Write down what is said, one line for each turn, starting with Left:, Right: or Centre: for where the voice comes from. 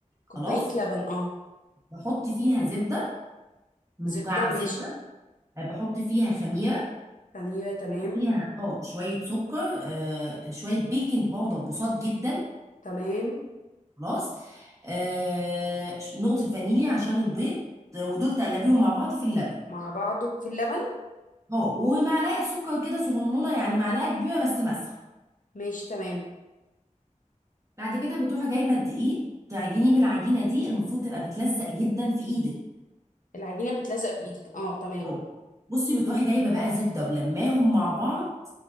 Right: خلاص
Left: كوبايه لبن اه
Right: بحط فيها زبده مكعب
Left: زبده
Right: زبده
Left: ماشي
Right: آه، بحط فيها خميره
Left: خميرة تمام
Right: فيها اه شويه سكر آه، شويه بيكنج باودر بسيط جدا
Left: تمام
Right: خلاص آه نقطة فانيليا عشان البيض ودول تقلبيهم مع بعض في اللبن
Left: مع بعضه في اللبن
Right: اه ومعلقة سكر كده صغنونة يعني معلقة كبيرة بس مسحة
Left: ماشي تمام
Right: بعد كده بتروحي جايبة الدقيق تعجنيه بالعجينة دي المفروض تبقى بتلزق جدا في ايدك
Left: العجينة بتلزق في ايدك اه تمام
Right: أه. بصي بتروحي جايبة بقى زبدة ولماهم مع بعض